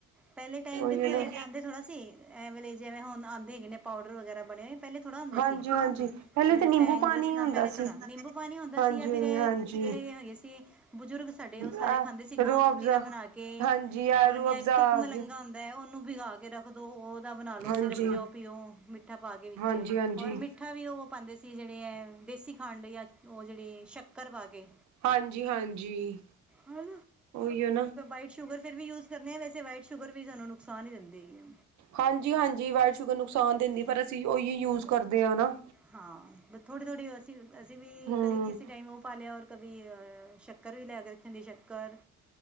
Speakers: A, in the centre; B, on the right (about 70°).
A: ਪਹਿਲੇ ਟਾਈਮ
B: ਉਹੀ
A: ਦੇਖੋ
B: ਨਾ
A: ਆਂਦੇ ਥੋੜ੍ਹਾ ਸੀ ਐ ਵ। ਜਿਵੇਂ ਹੁਣ ਆਉਂਦੇਗੇ ਪਾ ਵਗਰਾ ਬਣੇ ਹੋਏ ਪਹਿਲੇ ਥੋੜਾ ਹੁੰਦੇ
B: ਹਾਂਜੀ
A: ਸੀ।
B: ਹਾਂਜੀ ਪਹਿਲੇ
A: ਜਿਹੜੇ
B: ਤਾਂ ਨਿੰਬੂ
A: ਟੈਂਗ,
B: ਪਾਣੀ
A: ਰਸ
B: ਹੀ ਹੁੰਦਾ
A: ਪਹਿ, ਥੋੜਾ
B: ਸੀ
A: ਨਿੰਬੂ। ਪਾਣੀ ਹੁੰਦਾ
B: ਹਾਂਜੀ
A: ਸੀ। ਜਾਂ ਫੇਰ ਇਹ
B: ਹਾਂਜੀ
A: ਜਿਹੜੇ ਹੈਗੇ ਸੀ ਬਜ਼ੁਰਗ ਸਾਡੇ
B: ਅ
A: ਉਹ ਸਾਰੇ ਖਾਂਦੇ ਸੀ ਗੋਂਦ
B: ਰੂਹ ਅਫਜ਼ਾ
A: ਕਤੀਰਾ ਬਣਾ ਕੇ।
B: ਹਾਂਜੀ ਆ
A: ਔਰ
B: ਰੂਹ
A: ਜਾਂ
B: ਅਫਜ਼ਾ
A: ਇੱਕ ਤੋਂ
B: ਆ ਗਈ
A: ਹੁੰਦਾ ਹੈ। ਉਹਨੂੰ ਵਿਗਾ ਕੇ ਰੱਖ ਦੋ। ਉਹ ਦਾ ਬਣਾ ਲਓ
B: ਹਾਂਜੀ
A: ਸਿਰਪ ਜਾਓ, ਪੀਓ ਮਿੱਠਾ ਪਾ ਕੇ ਵਿੱਚ
B: ਹਾਂਜੀ ਹਾਂਜੀ
A: ਔਰ ਮਿੱਠ ਮਿੱਠਾ ਵੀ ਉਹ ਪਾਉਂਦੇ ਸੀ ਜਿਹੜੇ ਹੈ ਦੇਸੀ ਖੰਡ ਜਾਂ ਉਹ ਜਿਹੜੇ ਸ਼ੱਕਰ ਪਾ ਕੇ
B: ਹਾਂਜੀ ਹਾਂਜੀ
A: ਉ
B: ਉਹੀਓ ਨਾ
A: ਵੀਟ ਸ਼ੂਗਰ ਫਿਰ ਵੀ ਯੂਜ ਕਰਨੇ ਆ। ਵੈਸੇ ਵਾਈਟ ਸ਼ੂਗਰ ਵੀ ਸਾਨੂੰ ਨੁਕਸਾਨ ਹੀ ਦਿੰਦੀ ਹੈਗੀ ਏ।
B: ਹਾਂਜੀ, ਹਾਂਜੀ ਵਾਈਟ ਸ਼ੂਗਰ ਨੁਕਸਾਨ ਦਿੰਦੀ। ਪਰ ਅਸੀਂ ਉਹੀ ਯੂਜ ਕਰਦੇ ਆ ਨਾ।
A: ਹਾਂ ਬ ਥੋੜੀ -ਥੋੜੀ ਅਸੀਂ ਅਸੀਂ ਵੀ
B: ਹਮ
A: ਕਦੇ ਕਿਸੇ ਟਾਈਮ ਉਹ ਪਾ ਲਿਆ। ਔਰ - ਸ਼ੱਕਰ ਵੀ ਲੈ ਕੇ ਰੱਖਾਂਗੇ। ਸ਼ੱਕਰ